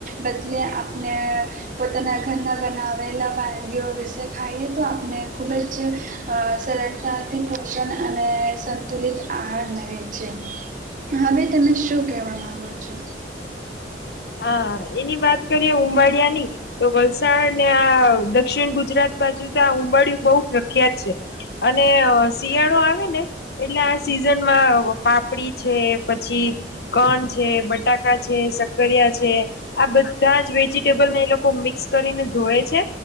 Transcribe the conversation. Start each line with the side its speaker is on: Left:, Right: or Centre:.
Right: બદલે આપને પોતાના ઘરના બનાવેલા વાનગીઓ વિશે ખાઈએ તો આપને ખૂબ જ અ સરળતાથી પોષણ અને સંતુલિત આહાર મલે છે. હા ભાઈ તમે શું કેવા માંગો છો?
Left: હા એની વાત કરીએે ઉંબાળિયા ની તો વલસાડ ને આહ દક્ષિણ ગુજરાત બાજુ તો અહ ઉંબાળિય બહુ પ્રખ્યાત છે અને શિયાળો આવે ને એટલે અહ સિઝનમાં પાપડી છે પછી કન છે બટાકા છે સક કરિયા છે આ બધા જ વેજીિટેબલને એ લોકો મિક્સ કરીને ધોય છે